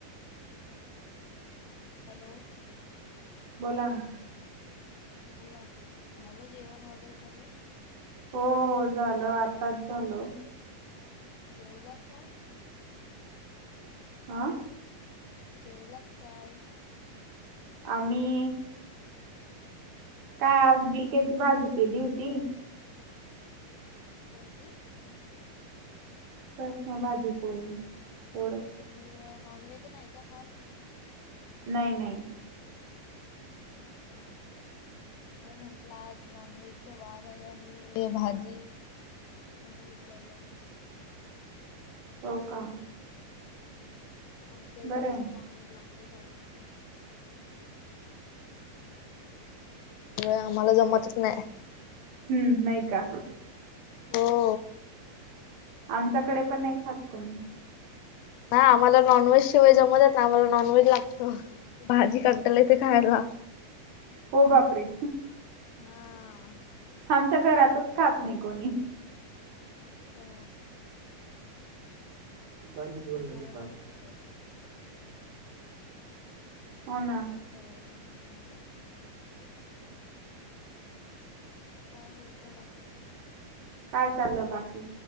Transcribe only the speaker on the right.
बोला ना.
हो हो. झालं. आत्ताच झालं.
हा?
आम्ही काय आज गिलक्याची भाजी केली होती.
बस मग भाजी पोळी तेवढंच.
नाही नाही. <inaudible>
हो का?
बरं
आहे मग.
हम्म नाही का?
आमच्याकडे पण नाही खात कोणी.
हो बापरे.
आमच्या घरातच खात नाही कोणी.
बाजी बोलला
की
पाज.
हो ना
काय चाललंय बाकी?